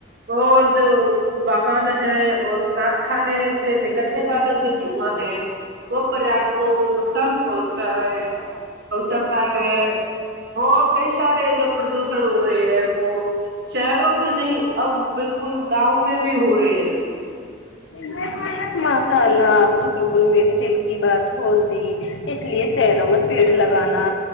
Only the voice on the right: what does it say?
اور جو واہن ہے اور کارخانے سے ل <unintelligible> کنے بالت تھے <unintelligible> وہ پریا کو نقصان <unintelligible> ب <unintelligible> ہے گ کا ہے <unintelligible> ج <unintelligible> اور کئی سارے جب پردوش <unintelligible> ہو رہے ہیں وہ شہروں میں نہیں اب بالکل <unintelligible> بالکل گاؤں میں بھی ہو رہے ہیں <unintelligible>